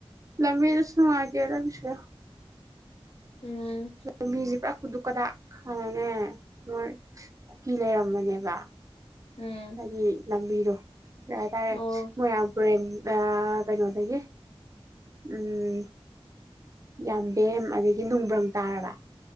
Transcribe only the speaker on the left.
ꯎꯝ
ꯎꯝ
ꯑꯣ